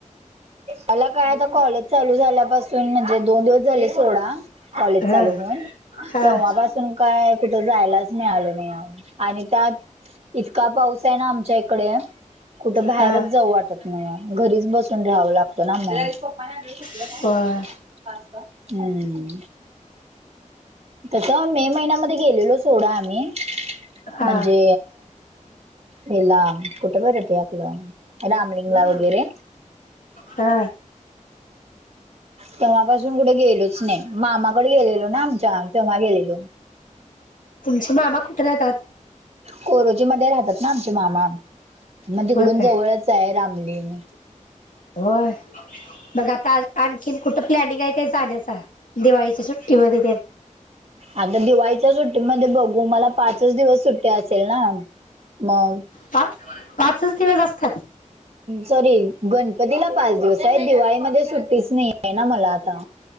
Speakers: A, on the right; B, on the left.
A: मला काय आता कॉलेज चालू झाल्यापासून म्हणजे दोन दिवस झाले सोडा. कॉलेज
B: ह
A: चालू होन
B: ह
A: तेव्हापासून काय कुठं जायलाच मिळाल. आणि त्यात इतका पाऊस आहे ना आमच्या इकडे कुठं बाहेरच
B: हा
A: जाऊ वाटत म्ह घरीच बसून राहावं लागतो ना म्हण. शोपाना आलं शकलं
B: होय
A: काय हम्म तस मे महिन्यामध्ये गेलेलो. सोडा आम्ही
B: हा
A: म्हणजे हेला. कुठं बर आपलं रामलिंगला वगैरे
B: हा
A: तेव्हापासून कुठे गेलोच नाही. मामाकडे गेलेलो ना आमच्या तेव्हा गेलेलो.
B: तुमचे मामा कुठे राहा तात.
A: कोरोजी मध्ये राहतात ना आमचे मामा मग तिकडून
B: होय काय
A: जवळच आहे रामलीगं.
B: होय, मग आता आणखीन कुठं प्लॅनिंग आहे काय जाण्याचा दिवाळीच्या सुट्टीमध्ये ते
A: आता दिवाळीच्या सुट्टीमध्ये बघू मला पाचच दिवस सुट्टी असेल ना मग
B: पाच पाचच दिवस असतात
A: सॉरी गणपतीला पाच दिवस आहे दिवाळीमध्ये सुट्टीच नाही आहे ना मला आता